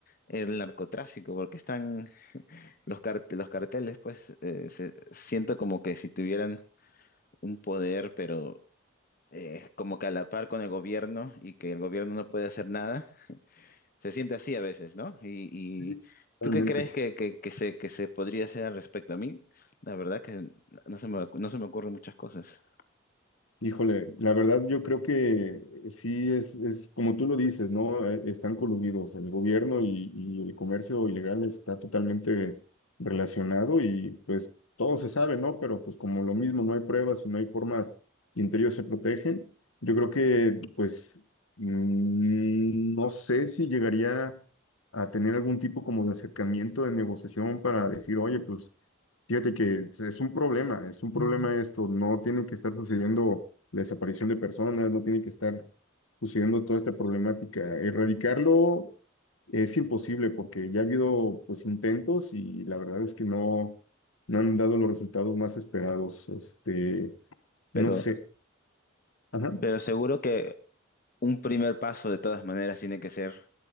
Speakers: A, on the left; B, on the left.
A: el narcotráfico? Porque están los, cart- los carteles, pues eh, se- siento como que si tuvieran un poder, pero eh, como que a la par con el gobierno y que el gobierno no puede hacer nada. Se siente así a veces, ¿no? Y,
B: sí,
A: y
B: realmente
A: ¿tú qué crees que, que- que se, que se podría hacer al respecto? A mí, la verdad que no se me, ocu- no se me ocurren muchas cosas,
B: Híjole, la verdad yo creo que sí es, es como tú lo dices, ¿no? Eh, Están coludidos, el gobierno y, y el comercio ilegal está totalmente relacionado y pues todo se sabe, ¿no? Pero pues como lo mismo no hay pruebas y no hay formas y entre ellos se protegen, yo creo que pues mm, no sé si llegaría a tener algún tipo como de acercamiento de negociación para decir, oye, pues... Fíjate que es un problema, es un problema esto, no tiene que estar sucediendo la desaparición de personas, no tiene que estar sucediendo toda esta problemática. Erradicarlo es imposible porque ya ha habido pues intentos y la verdad es que no, no han dado los resultados más esperados. Este,
A: pero,
B: no sé. Ajá.
A: pero seguro que un primer paso de todas maneras tiene que ser,